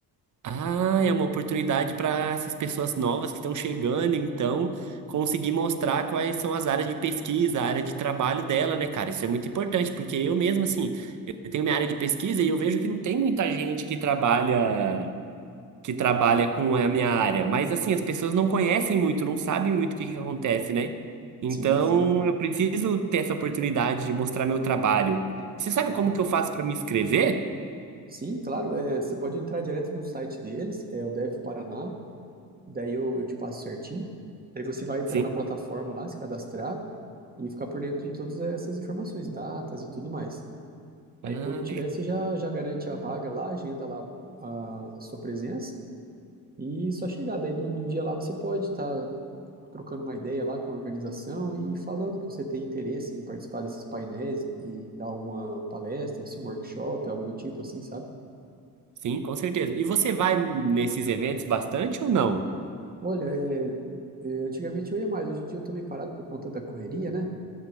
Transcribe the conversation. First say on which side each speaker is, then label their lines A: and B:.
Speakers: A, on the right (about 45°); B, on the right (about 20°).
A: Ah, é uma oportunidade para essas pessoas novas que estão chegando, então, conseguir mostrar quais são as áreas de pesquisa, a área de trabalho dela, né, cara? Isso é muito importante, porque eu mesmo, assim, eu tenho minha área de pesquisa e eu vejo que não tem muita gente que trabalha, que trabalha com a minha área. Mas, assim, as pessoas não conhecem muito, não sabem muito o que que acontece, né? Então,
B: Sim, sim,
A: eu preciso ter essa oportunidade de mostrar meu trabalho. Você sabe
B: claro.
A: como que eu faço para me inscrever?
B: Sim, claro, é, você pode entrar direto no site deles, é o Dev Paraná, daí eu, eu te passo certinho. Daí você vai entrar
A: Sim.
B: na plataforma lá, se cadastrar e ficar por dentro de todas essas informações, datas e tudo mais. Aí
A: Ah,
B: quando tiver, você já, já garante a vaga lá, agenda lá a, a sua presença e só chegar. Daí no, no dia lá você pode estar trocando uma ideia lá com a organização e falando que você tem interesse em participar desses painéis e dar alguma palestra, assim, um workshop, algo do tipo assim, sabe?
A: Sim, com certeza. E você vai nesses eventos bastante ou não?
B: Olha, é, é, antigamente eu ia mais, hoje em dia eu tô meio parado por conta da correria, né?